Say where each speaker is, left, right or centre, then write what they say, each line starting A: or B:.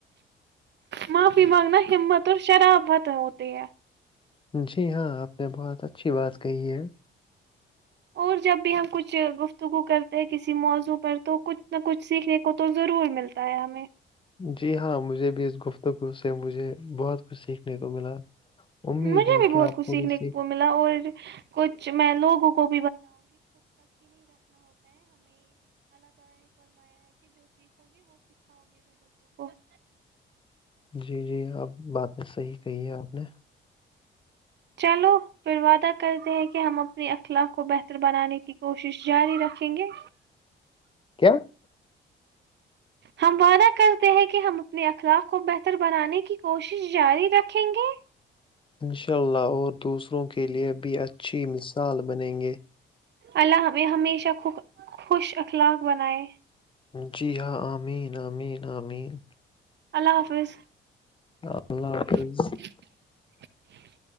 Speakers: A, on the right; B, on the left.
A: معافی مانگنا ہمت اور شراب پت ہوتے ہیں
B: جی ہاں آپ نے بہت اچھی بات کہی ہے
A: اور جب بھی ہم کچھ گ تگو کرتے ہیں کسی موضوع پر تو کچھ نہ کچھ سیکھنے کو تو ضرور ملتا ہے ہمیں
B: جی ہاں مجھے بھی اس گفتگو سے مجھے بہت کچھ سیکھنے کو ملا امید
A: مجھے
B: ہے
A: بھی
B: کہ
A: بہت
B: آپ
A: کچھ
B: کو
A: سیکھنے
B: بھی سیکھ
A: ملا اور کچھ میں لوگوں کو <inaudible>
B: جی جی آپ باتیں صحیح کہی ہے آپ نے
A: چلو پھر وعدہ کرتے ہیں کہ ہم اپنی اخلاق کو بہتر بنانے کی کوشش جاری رکھیں گے
B: کیا <unintelligible>
A: ہم وعدہ کرتے ہیں کہ ہم اپنے اخلاق کو بہتر بنانے کی کوشش جاری رکھیں گے
B: انشاء اللہ اور دوسروں کے لیے بھی اچھی مثال بنیں گے
A: اللہ نے ہمیشہ خ خوش اخلاق بنائے
B: جی ہاں آمین امین آمین
A: اللہ حافظ
B: اللہ حافظ
A: <unintelligible>